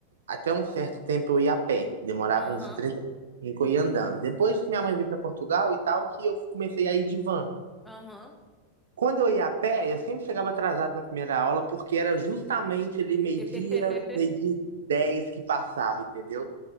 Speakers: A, on the right; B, in the centre.
A: Até um certo tempo eu ia a pé, demorava
B: aham,
A: uns 30 minutos que eu ia andando. Depois que minha mãe veio para Portugal e tal, que eu comecei a ir de van.
B: aham.
A: Quando eu ia a pé, eu sempre chegava atrasado na primeira aula, porque era justamente ali meio-dia,
B: <laughs>
A: meio-dia e 10 que passava, entendeu?